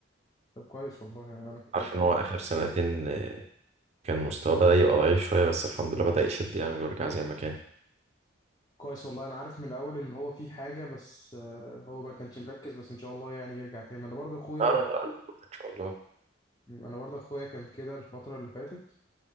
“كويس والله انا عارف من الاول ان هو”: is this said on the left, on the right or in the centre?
Left